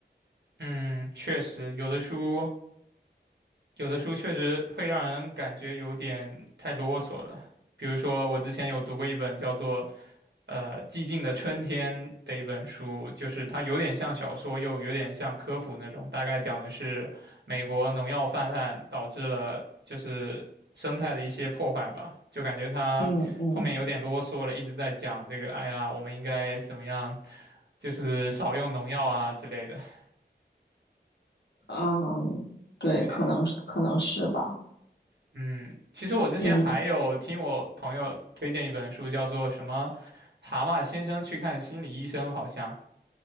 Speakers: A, on the right (about 70°); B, on the left (about 70°).
A: 嗯，确实，有的书有的书确实会让人感觉有点太啰嗦了。比如说，我之前有读过一本叫做呃《寂静的春天》的一本书，就是它有点像小说，又有点像科普那种。大概讲的是美国农药泛滥导致了就是生态的一些破坏吧，就感觉它后面有点啰嗦了，
B: 嗯嗯
A: 一直在讲这个，哎呀，我们应该怎么样，就是少用农药啊之类的。<laughs>
B: 嗯，对，
A: 对。
B: 可能是可能是吧。
A: 嗯，其实我之前还有听我朋友推荐一本书，
B: 嗯
A: 叫做什么《蛤蟆先生去看心理医生》，好像。